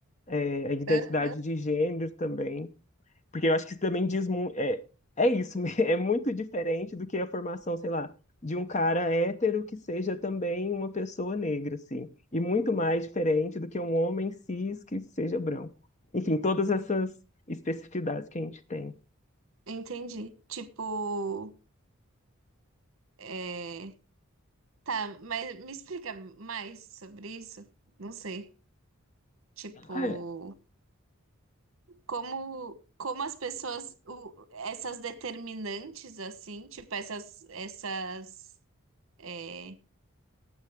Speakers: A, on the left; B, on the right.
A: é, à identidade
B: Hã?
A: de gênero também. Porque eu acho que isso também diz muito. É, é isso, <laughs> é muito diferente do que a formação, sei lá, de um cara hétero que seja também uma pessoa negra, assim. E muito mais diferente do que um homem cis que seja branco. Enfim, todas essas especificidades que a gente tem.
B: entendi. Tipo, é... tá, mas me explica mais sobre isso? Não sei. Tipo,
A: É,
B: como, como as pessoas, o- essas determinantes, assim, tipo, essas, essas, é,